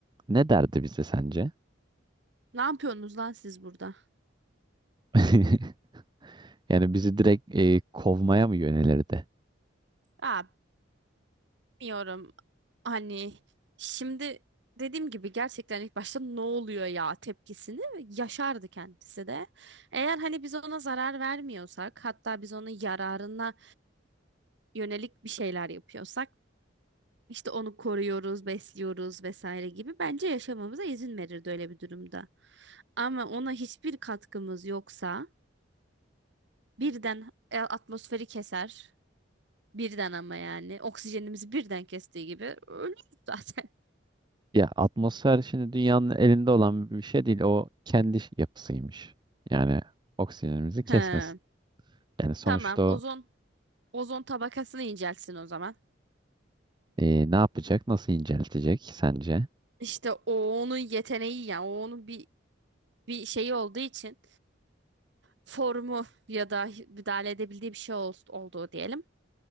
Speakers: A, on the right; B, on the right.
A: Ne derdi bize sence?
B: Ne yapıyorsunuz lan siz burada?
A: <laughs> Yani bizi direkt e, kovmaya mı yönelirdi?
B: Aa, bilmiyorum. Hani şimdi dediğim gibi gerçekten ilk başta ne oluyor ya tepkisini yaşardı kendisi de. Eğer hani biz ona zarar vermiyorsak, hatta biz onun yararına yönelik bir şeyler yapıyorsak, işte onu koruyoruz, besliyoruz vesaire gibi bence yaşamamıza izin verirdi öyle bir durumda. Ama ona hiçbir katkımız yoksa birden e, atmosferi keser. Birden ama yani oksijenimizi birden kestiği gibi ölürüz zaten.
A: Ya atmosfer şimdi dünyanın elinde olan bir şey değil. O kendi ş- yapısıymış. Yani oksijenimizi kesmesin.
B: <laughs> He.
A: Yani sonuçta
B: Tamam.
A: o
B: Ozon ozon tabakasını incelsin o zaman.
A: e, ne yapacak? Nasıl inceltecek sence?
B: İşte o onun yeteneği yani o onun bir bir şeyi olduğu için formu ya da müdahale edebildiği bir şey ol- olduğu diyelim.